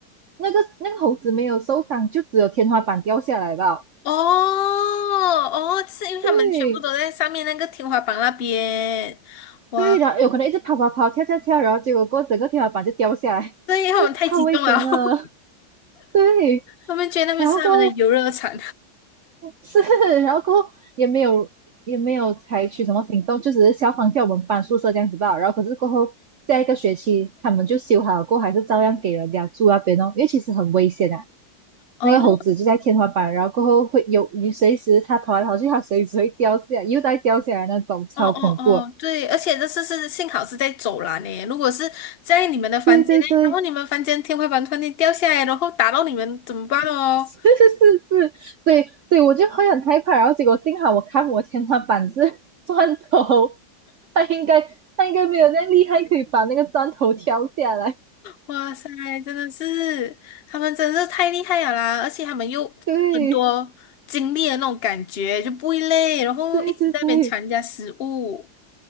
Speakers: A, on the right; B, on the left.
A: 那个那个猴子没有受伤，就只有天花板掉下来吧。
B: 哦哦，是因为他们全部都在上面那个天花板那边，
A: 对，
B: 哇，
A: 对，然后有可能一直跑跑跑，跳跳跳，然后结果过后整个天花板就掉下来，
B: 对，
A: <laughs>
B: 因他们太激动了，
A: 就超危险的。
B: <laughs>
A: <laughs> 对，
B: 他们觉得那边是他们的游乐场。
A: 然后过后是，<laughs> 然后过后也没有也没有采取什么行动，就只是消防叫我们搬宿舍这样子吧。然后可是过后下一个学期他们就修好了过后，还是照样给人家住那边哦，因为其实很危险啊。
B: 哦，
A: 那个猴子就在天花板，
B: 那
A: 然后过后会有你随时它跑来跑去，它随时会掉下来，又再掉下来那种，超恐怖。
B: 哦哦哦，对，而且这次是幸好是在走廊呢，如果是在你们的房间内，
A: 对对对，
B: 然后你们房间天花板突然间掉下来，然后打到你们怎么办哦？
A: <laughs> 是是是是，所以所以我就会很害怕，然后结果幸好我看我天花板是 <laughs> 砖头，他应该他应该没有那么厉害，可以把那个砖头挑下来。
B: 哇塞，真的是，他们真的是太厉害了啦！而且他们又很多经历的那种感觉，
A: 对
B: 就不会累，然后一直在那边抢人家食物，
A: 对对对，